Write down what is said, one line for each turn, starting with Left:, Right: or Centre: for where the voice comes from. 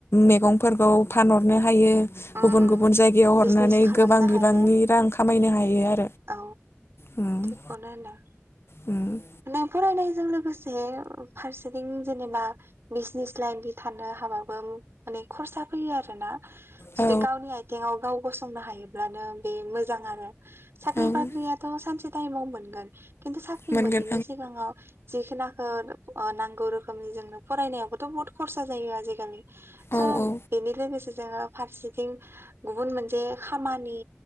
Left: मैगंफोरखौ फानहरनो हायो।
Right: उम
Left: गुबुन
Right: उम
Left: गुबुन जायगायाव
Right: बिजनेस
Left: हरनानै
Right: खालामनो
Left: गोबां
Right: हायो
Left: बिबांनि रां खामायनो हायो आरो
Right: औ
Left: उम
Right: थिगखौनो होनदों।
Left: उम
Right: नों फराय नायजों लोगोसे फारसेथिं जेनेबा बिजनेस लाइनथि थानो हाबाबो माने खरसा फैयो आरो ना। जुदि
Left: औ
Right: गावनि आथिङाव गाव गसंनो हायोब्लानो बे मोजां आरो। साख्रि
Left: ओं
Right: बाख्रियाथ' सानसे टाइमाव मोनगोन खिन्थु साख्रि
Left: मोनगोन
Right: मोनैनि सिगाङाव जिखुनाखो ओ नांगौ रोखोमनि जोंनो फरायनायावबोथ' बहुत खरसा जायो आजिखालि सब
Left: ओं औ औ
Right: बिनिखाय बेसे जोङो फारसेथिं गुबुन मोनसे खामानि